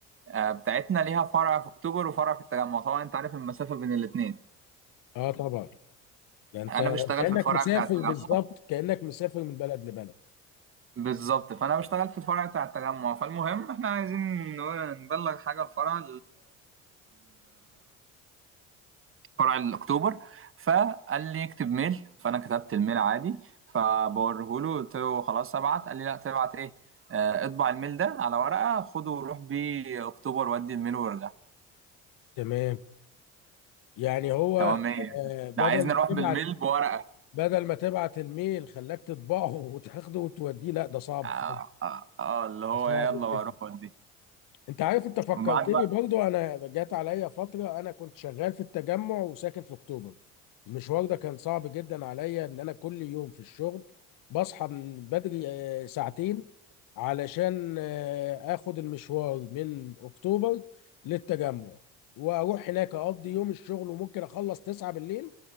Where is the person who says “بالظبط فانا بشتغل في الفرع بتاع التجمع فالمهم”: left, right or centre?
Right